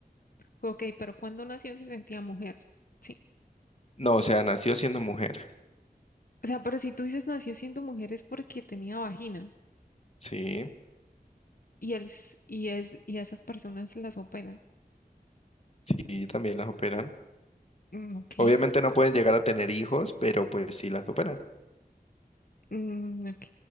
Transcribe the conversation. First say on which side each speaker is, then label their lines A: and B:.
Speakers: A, on the left (about 65°); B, on the left (about 40°).
A: ok, pero cuando nació se sentía mujer, ¿sí?
B: No, o sea, nació siendo mujer.
A: O sea, pero si tú dices nació siendo mujer es porque tenía vagina.
B: Sí,
A: y, el, s- y, es, y a esas personas las operan.
B: sí, también las operan.
A: Mm, ok,
B: Obviamente no pueden llegar a tener hijos, pero pues sí las operan.
A: mm, ok.